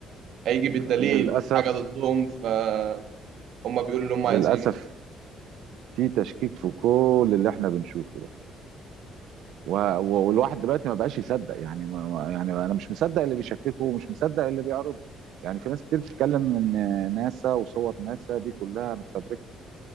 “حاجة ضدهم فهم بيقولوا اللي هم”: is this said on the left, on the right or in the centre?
Right